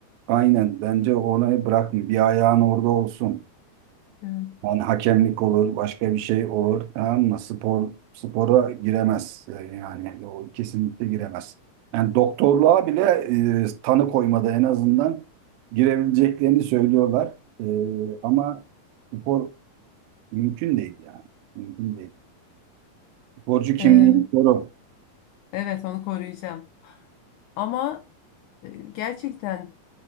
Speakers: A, on the right (about 85°); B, on the left (about 85°).
A: aynen bence onu bırakın. Bir ayağın orada olsun.
B: Evet.
A: Yani hakemlik olur, başka bir şey olur. Tamam mı? Spor spora giremez. Ee, Yani o kesinlikle giremez. Yani doktorluğa bile e, tanı koymada en azından girebileceklerini söylüyorlar. Ee, ama spor Mümkün değil yani. Mümkün değil. Sporcu kimliğini
B: Ee,
A: koru.
B: evet onu koruyacağım. Ama e, gerçekten